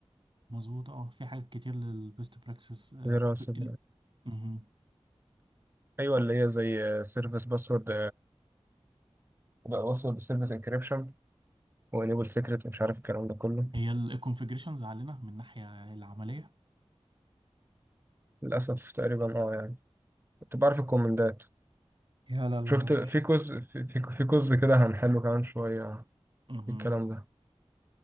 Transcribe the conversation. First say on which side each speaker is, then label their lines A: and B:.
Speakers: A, on the right; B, on the right.
A: مظبوط اه في حاجات كتير للبيست براكسس
B: دراسة
A: ال... مهم.
B: ايوه اللي هي زي سيرفيس باسورد بقى باسورد سيرفيس انكريبشن وانيبل سيكريت ومش عارف الكلام ده كله
A: هي الكونفجريشنز علينا من الناحية العملية
B: للاسف تقريبا اه يعني انت بعرف الكومندات
A: يا لا لا
B: شفت في كوز في في في كوز كده هنحله كمان شويه
A: مهم.
B: في الكلام ده